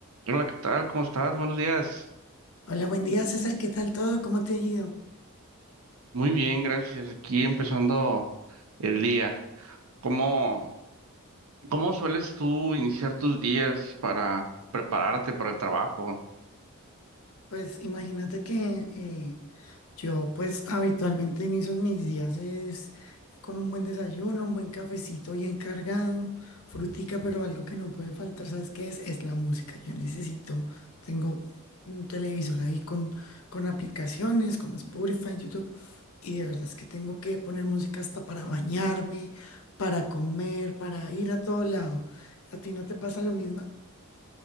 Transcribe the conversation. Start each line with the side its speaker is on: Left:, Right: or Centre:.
Right: Hola, ¿qué tal? ¿Cómo estás? Buenos días.
Left: Hola, buen día César, ¿qué tal todo? ¿Cómo te ha ido?
Right: Muy bien, gracias. Aquí empezando el día. ¿Cómo, cómo sueles tú iniciar tus días para prepararte para el trabajo?
Left: Pues imagínate que eh, yo pues habitualmente inicio mis días es con un buen desayuno, un buen cafecito bien cargado, frutica, pero algo que no puede faltar, ¿sabes qué es? Es la música. Yo necesito, tengo un televisor ahí con, con aplicaciones como Spotify, YouTube, y de verdad es que tengo que poner música hasta para bañarme, para comer, para ir a todo lado. ¿A ti no te pasa lo mismo?